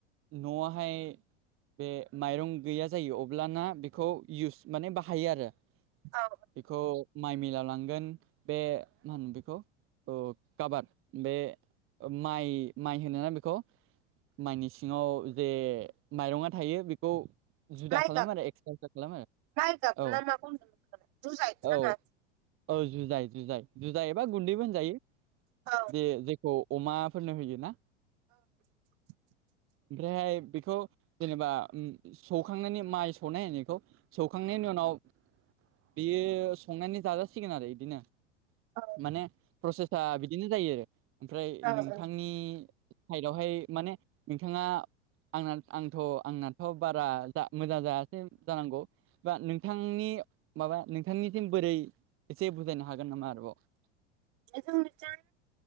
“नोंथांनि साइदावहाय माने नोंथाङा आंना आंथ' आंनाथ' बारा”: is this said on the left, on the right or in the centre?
Right